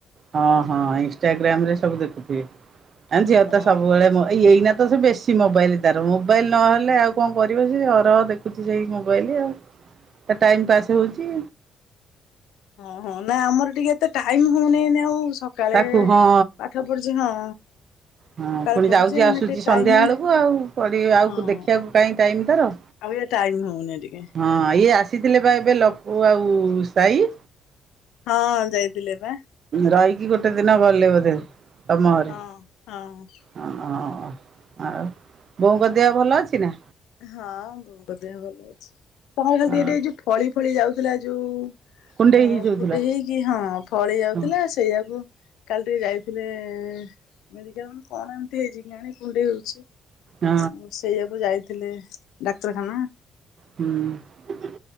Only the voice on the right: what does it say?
ହଁ ହଁ ଇନଷ୍ଟାଗ୍ରାମରେ ସବୁ ଦେଖୁଥିବେ। ଆ ଝିଅ
ତ ସବୁବେଳେ ମ ଏଇନା ତ ସେ ବେଶୀ ମୋବାଇଲ ତାର ମୋବାଇଲ ନହେଲେ ଆଉ କଣ କରିବ ସେ ଅହରହ ଦେଖୁଚି ସେଇ ମୋବାଇଲ ଆଉ। ତା ଟାଇମ୍ ପାସ୍ ହଉଚି।
ତାକୁ ହଁ
ହଁ
ପୁଣି
ଯାଉଚି
ଆସୁଚି
ସନ୍ଧ୍ୟା
ବେଳକୁ ଆଉ ପଢି ଆଉ
ଦେଖିବାକୁ କାଇଁ ଟାଇମ୍ ତାର।
ହଁ ଇଏ ଆସିଥିଲେ ବା ଏବେ ଲକୁ ଆଉ ସାଇ।
ରହିକି ଗୋଟେ ଦିନ ଗଲେ ବୋଧେ? ତମ
ଘରେ ହଁ ଆଉ ବୋଉଙ୍କ ଦେହ ଭଲ ଅଛି ନା?
ହଁ
କୁଣ୍ଡେଇ
ହେଇଯାଉଥିଲା
ହଁ
ହଁ
ହୁଁ